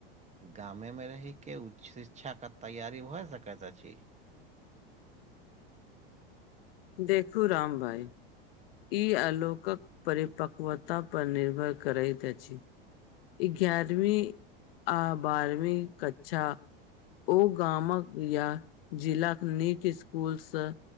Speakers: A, on the right; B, on the left.
A: गामे मे रहि के, उच्च शिक्षा के तैयारी भए सकैत अछि?
B: देखू राम भाइ। ई आलोकक परिपक्वता पर निर्भर करैत अछि। एगारवी आ बारवी क्चा ओ गामक, या जिलाक नीक स्कुलसँ